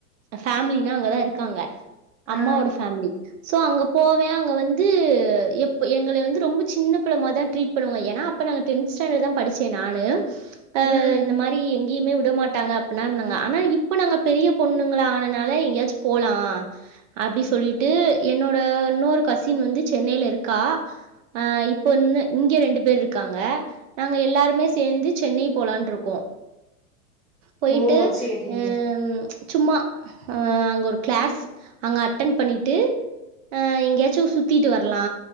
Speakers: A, on the right (about 60°); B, in the centre.
A: ஃபேமிலினா அங்கதா இருக்காங்க அம்மாவோட
B: ஆ
A: ஃபேமிலி சோ அங்க போவே அங்க வந்து எப் எங்களை வந்து ரொம்ப சின்ன பிள்ள மாரிதா ட்ரீட் பண்ணுவாங்க ஏன்னா அப்ப நாங்க டென்த் ஸ்டாண்டர்ட் தான் படிச்சே நானு ஆஹ்
B: ம்
A: இந்த மாரி எங்க எங்கயுமே விட மாட்டாங்க அப்டினா இருந்தாங்க ஆனா இப்ப நாங்க பெரிய பொண்ணுங்கலா ஆனனால எங்கேயாச்சு போலா அப்டி சொல்லிட்டு என்னோட இன்னொரு கசின் வந்து சென்னையில இருக்கா அஹ் இப்ப இன்ன இங்க ரெண்டு பேர் இருக்காங்க நாங்க எல்லாருமே சேந்து சென்னை போலான்ருக்கோ போயிட்டு
B: ஓ சேரி
A: ஹ்ம் சும்மா அ அங்க ஒரு கிளாஸ் அங்க அட்டன் பண்ணிட்டு அ எங்கேயாச்சு சுத்திட்டு வரலா